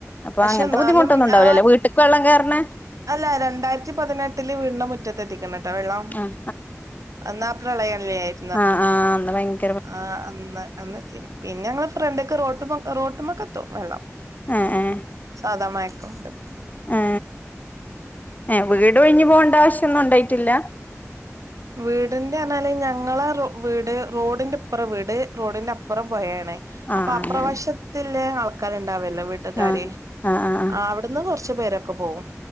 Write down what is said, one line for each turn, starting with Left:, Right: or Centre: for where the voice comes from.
Left: അപ്പോ
Right: പക്ഷെ
Left: അങ്ങൻത്തെ
Right: എന്നാലും
Left: ബുദ്ധിമുട്ടൊന്നും ണ്ടാവ്
Right: ആ
Left: ലലെ വീട്ട്ക്ക് വെള്ളം കേർണ
Right: അല്ല രണ്ടായിരത്തി പതിനെട്ടില് വീടിന്റെ മുറ്റത്ത് എത്തിക്ക്ണട്ടോ വെള്ളം
Left: ആഹ്
Right: അന്നാ പ്രളയല്ലേര്
Left: ആ ആ അന്ന് ഭയങ്ക്
Right: ആ അന്ന് അന്നത്തീനു പിന്നെ ങ്ങളെ ഫ്രണ്ട്ക്ക് റോട്ട്മ്മക് റോട്ടുമ്മക്ക് എത്തും വെള്ളം.
Left: എ ഏ
Right: സാധാ മഴക്കുണ്ട്.
Left: ഏ എ വീട് ഒഴിഞ്ഞു പോണ്ട ആവശ്യന്നും ഉണ്ടായിട്ടില്ല.
Right: വീടിന്റെ ർഞ്ഞാല് ഞങ്ങളെ റൊ വീട് റോഡിന്റെ ഇപ്പുറം വീട് റോഡിന്റെ അപ്പുറം പുഴേണ്
Left: ആഹ്
Right: അപ്പ അപ്രവശത്തില്ലേ
Left: അങ്ങനെ
Right: ആൾക്കാര് ണ്ടാവല്ലോ വീട്ടുകാര്
Left: ആഹ് ആഹ് ആഹ്
Right: ആവ്ട്ന്ന് കൊർച്ച് പേരൊക്കെ പോകും.